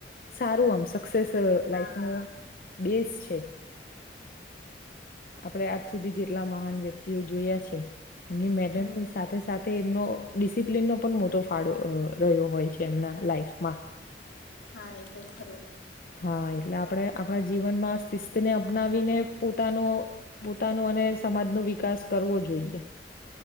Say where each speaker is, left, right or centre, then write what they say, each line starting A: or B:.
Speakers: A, on the left; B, on the left.
A: સારું આમ સ <unintelligible> લાઈફ
B: હા.
A: ન બેઝ. તે આપડે આજ સુધી જેટલા મહાન વ્યક્તિઓ જોયા છે. એમની મહેનત
B: હમ
A: ની સાથે સાથ તે એમનો ડિસિપ્ન નો. પણ મોટો ફાળો રહ્યો હોય છે એમના લાઈફમાં.
B: હા એ તો ખરું.
A: હા એટલે આપડે આપડા જીવનમાં શિસ્તને અપનાવીને પોતાનો પોતાનો અને સમાજનો વિકાસ કરવો જોઈએ.